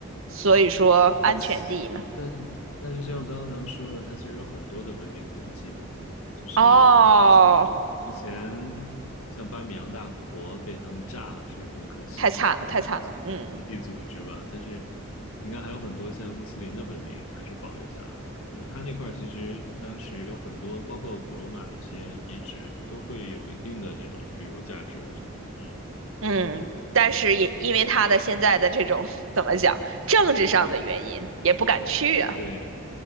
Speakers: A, on the right; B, on the left.
A: 所以说安全第一嘛。
B: 嗯，但但是就像刚刚咱们说的，它其实有很多的文明古迹的，就是你像之前
A: 哦，
B: 像巴米扬大佛被他们炸了是很可惜的，
A: 太惨了，
B: 被基基地组织吧，
A: 太惨了。嗯
B: 但是应该还有很多像穆斯林的文明还是保留下来的，就是它那块儿其实当时有很多，包括古罗马的一些遗址，都会有一定的这种旅游价值，我觉得，嗯，
A: 嗯，但是也因为他的现在的这种 <laughs> 怎么讲，政治上的原因，也不敢去啊。
B: 对